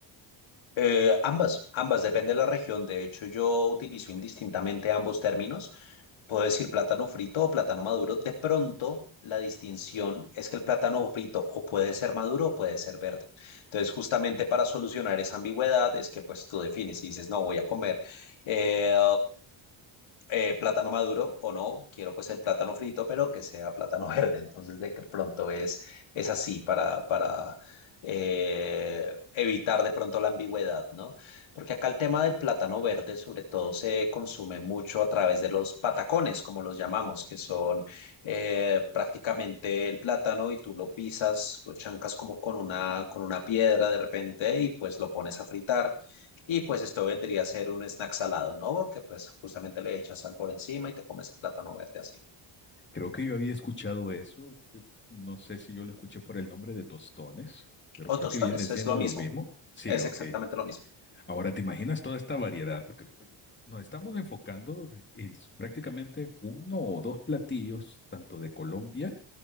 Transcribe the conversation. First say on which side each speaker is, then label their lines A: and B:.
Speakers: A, on the left (about 70°); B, on the left (about 20°).
A: Eh, ambas, ambas, depende de la región. De hecho, yo utilizo indistintamente ambos términos. Puedo decir plátano frito o plátano maduro. De pronto, la distinción es que el plátano frito o puede ser maduro o puede ser verde. Entonces, justamente para solucionar esa ambigüedad es que pues tú defines y dices, no, voy a comer eh, eh, plátano maduro o no, quiero pues el plátano frito, pero que sea plátano <laughs> verde. Entonces de que pronto es, es así para, para eh, evitar de pronto la ambigüedad, ¿no? Porque acá el tema del plátano verde sobre todo se consume mucho a través de los patacones, como los llamamos, que son eh, prácticamente el plátano y tú lo pisas, lo chancas como con una, con una piedra de repente y pues lo pones a fritar. Y pues esto vendría a ser un snack salado, ¿no? Porque pues justamente le echas sal por encima y te comes el plátano verde así.
B: Creo que yo había escuchado eso, eh, no sé si yo lo escuché por el nombre de tostones, pero creo
A: O tostones,
B: que viene siendo
A: es lo
B: lo
A: mismo,
B: mismo. Sí,
A: es
B: ok.
A: exactamente lo mismo.
B: Ahora te imaginas toda esta variedad, porque eh, nos estamos enfocando en s- prácticamente uno o dos platillos, tanto de Colombia,